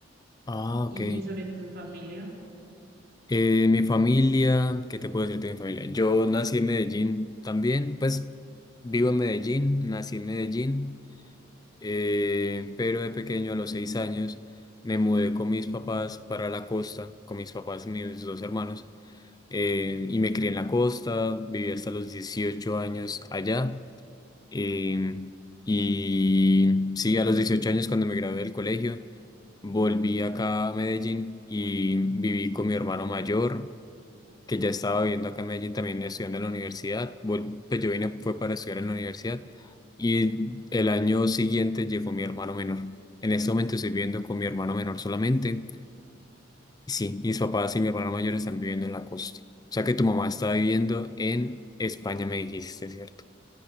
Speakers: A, on the left (about 20°); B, on the right (about 55°).
A: Ah,
B: ¿Y,
A: ok.
B: y sobre tu familia?
A: Eh, mi familia, ¿qué te puedo decir de mi familia? Yo nací en Medellín también, pues vivo en Medellín, nací en Medellín, eh, pero de pequeño a los seis años me mudé con mis papás para la costa, con mis papás y mis dos hermanos. eh, y me crié en la costa, viví hasta los 18 años allá. eh, y sí, a los 18 años cuando me gradué del colegio, volví acá a Medellín y viví con mi hermano mayor, que ya estaba viviendo acá en Medellín también estudiando en la universidad. Vol- pues yo vine fue para estudiar en la universidad y el año siguiente llegó mi hermano menor. En este momento estoy viviendo con mi hermano menor solamente Sí, mis papás y mi hermano mayor están viviendo en la costa. O sea que tu mamá está viviendo en España, me dijiste, ¿cierto?